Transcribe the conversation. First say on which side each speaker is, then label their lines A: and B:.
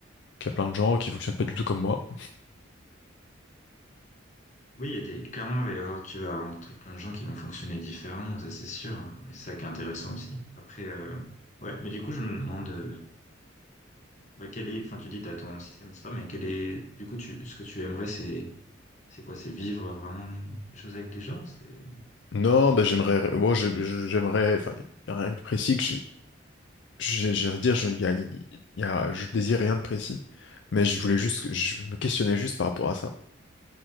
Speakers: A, on the left; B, on the left.
A: qu'il y a plein de gens qui fonctionnent pas du tout comme moi.
B: Oui, il y a des, clairement, il va y avoir, tu vas rencontrer plein de gens qui vont fonctionner différemment, ça c'est sûr. hein, Mais c'est ça qui est intéressant aussi. Après, euh, ouais, mais du coup, je me demande, euh, Bah, quel est, enfin, tu dis, t'as ton système, etc., mais quel est, du coup, tu, ce que tu aimerais, c'est, c'est quoi? C'est vivre vraiment les choses avec des gens? C'est,
A: Non, bah, j'aimerais, moi, je- je- j'aimerais, enfin, il y a rien de précis que j'ai, j'ai- j'ai envie de dire, je, y a, y a- je désire rien de précis, mais je voulais juste, je me questionnais juste par rapport à ça,